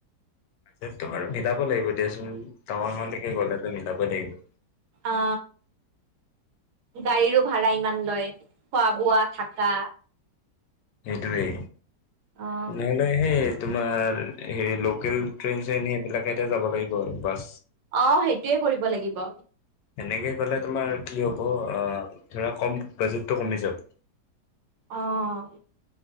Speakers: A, on the left; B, on the right.
A: বাজেটটো বাৰু মিলাব লাগিব এতিয়াচোন টাৱাং লৈকে গ'লেতো মিলাব মিলাব লাগিব
B: অ, গাড়ীৰো ভাড়া ইমান লয়। খোৱা-বোৱা থাকা
A: সেইটোৱেই।
B: অ
A: নহলে সেই তোমাৰ হেৰি লোকেল ট্ৰেইন-চ্ৰেইন সেইবিলাক এতে যাব লাগিব আৰু বাছ
B: অ, সেইটোৱে কৰিব লাগিব।
A: সেনেকে গলে তোমাৰ কি হ'ব। আহ ধৰা কম বাজেটটো কমি যাাব।
B: অ